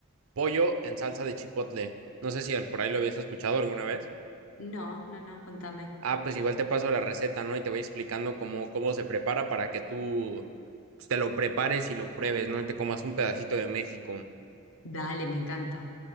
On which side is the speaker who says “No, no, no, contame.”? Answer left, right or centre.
Left